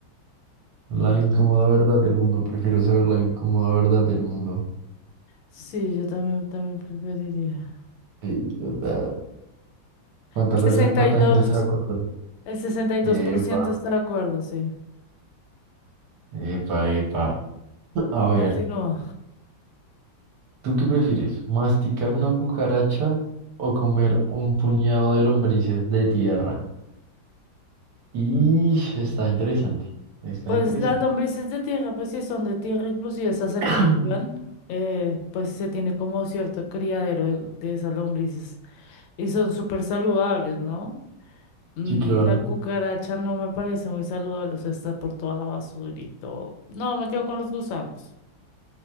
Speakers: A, on the right; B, on the left.
A: La
B: Mm,
A: incómoda verdad del mundo. Prefiero saber la incómoda verdad del mundo.
B: Sí, yo también, también preferiría.
A: Sí, total. ¿Cuánta
B: El
A: perso-
B: sesenta
A: cuánta
B: y dos
A: gente está de acuerdo?
B: el sesenta y dos
A: Epa,
B: por ciento está de acuerdo, sí.
A: epa, epa. A ver,
B: Continúa.
A: ¿tú qué prefieres? ¿Masticar una cucaracha o comer un puñado de lombrices de tierra? Y está interesante, está
B: Pues
A: interesante.
B: las lombrices de tierra, pues si son de tierra, inclusive esas se cultivan,
A: <clears throat>
B: eh, pues se tiene como cierto criadero de, de esas lombrices y son súper saludables, ¿no? Mm,
A: Sí, claro.
B: La cucaracha no me parece muy saludable, o sea, está por toda la basura y todo. No, me quedo con los gusanos.